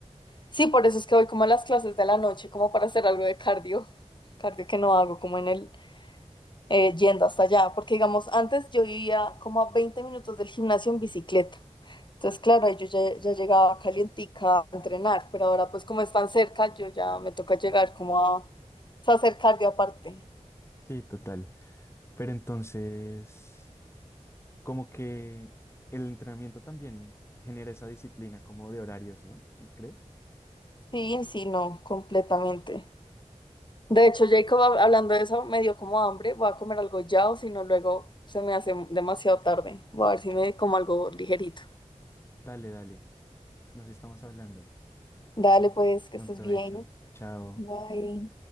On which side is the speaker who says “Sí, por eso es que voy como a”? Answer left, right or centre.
Left